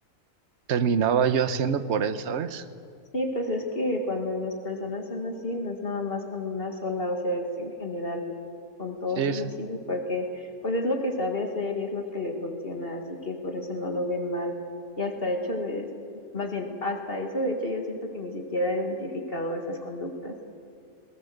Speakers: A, on the right; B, on the left.
A: terminaba yo haciendo por él, ¿sabes?
B: Sí, pues es que cuando las personas son así, no es nada más con una sola, o sea, es en general, con todos
A: Sí,
B: es
A: sí,
B: así, porque pues es lo que sabe hacer y es lo que le funciona, así que por eso no lo ve mal. Y hasta hecho de, más bien, hasta eso, de hecho, yo siento que ni siquiera he identificado esas conductas.